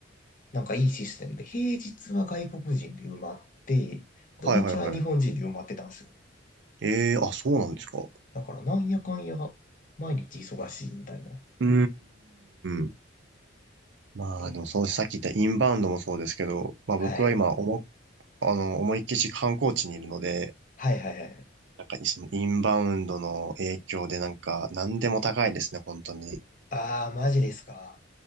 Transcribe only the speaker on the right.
はいはいはい。
えー、あ、そうなんですか。
うーん。まあ、
でもそう、さっき言ったインバウンドもそうですけど、まあ僕は今、
おも、あの、思いっきし観光地にいるので、
なんかそのインバウンドの影響でなんか何でも高いですね、本当に。